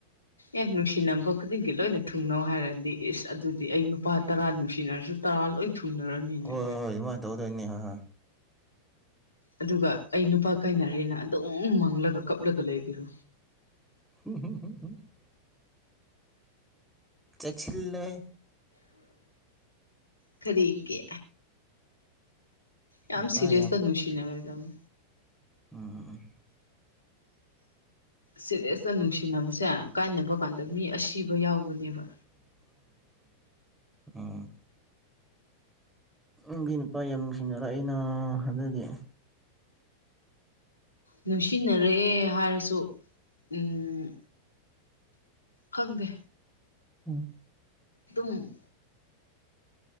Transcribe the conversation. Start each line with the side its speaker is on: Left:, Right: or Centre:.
Left: ꯑꯦ ꯅꯨꯡꯁꯤꯅꯕ ꯈꯨꯗꯤꯡꯒꯤ ꯂꯣꯏꯅ ꯊꯨꯡꯅꯧ ꯍꯥꯏꯔꯗꯤ ꯏꯁ ꯑꯗꯨꯗꯤ ꯑꯩ ꯅꯨꯄꯥ ꯇꯔꯥ ꯅꯨꯡꯁꯤꯅꯔꯁꯨ ꯇꯔꯥ ꯂꯣꯏ ꯊꯨꯡꯅꯔꯅꯤꯅꯦ
Centre: ꯍꯣꯏ ꯍꯣꯏ ꯍꯣꯏ ꯑꯗꯨꯃꯥꯏꯅ ꯇꯧꯗꯣꯏꯅꯤ ꯍꯣꯏ ꯍꯣꯏ
Left: ꯑꯗꯨꯒ ꯑꯩ ꯅꯨꯄꯥ ꯀꯥꯏꯅꯔꯦꯅ ꯑꯗꯨꯝ ꯃꯪꯂꯒ ꯀꯞꯂꯒ ꯂꯩꯒꯔꯣ
Centre: <unintelligible> ꯆꯦꯛꯁꯤꯜꯂꯣꯍꯦ
Left: ꯀꯔꯤꯒꯤ ꯌꯥꯝ
Centre: ꯅꯨꯄꯥ
Left: ꯁꯦꯔꯤꯁ ꯇ ꯅꯨꯡꯁꯤꯅꯔꯣꯏꯗꯕꯅꯤ
Centre: ꯎꯝ ꯎꯝ ꯎꯝ
Left: ꯁꯦꯔꯦꯁꯇ ꯅꯨꯡꯁꯤꯅꯕꯁꯦ ꯀꯥꯏꯅꯕ ꯀꯥꯟꯗ ꯃꯤ ꯑꯁꯤꯕ ꯌꯥꯎꯕꯅꯦꯕ
Centre: <inaudible> ꯎꯪ ꯪꯒꯤ ꯅꯨꯄꯥ ꯌꯥꯝ ꯅꯨꯡꯁꯤꯅꯔꯛꯏꯅ ꯑꯗꯨꯒꯤ
Left: ꯅꯨꯡꯁꯤꯟꯅꯔꯛꯑꯦ ꯍꯥꯏꯔꯁꯨ ꯎꯝ ꯈꯪꯗꯦ
Centre: ꯎꯝ
Left: ꯇꯨꯝ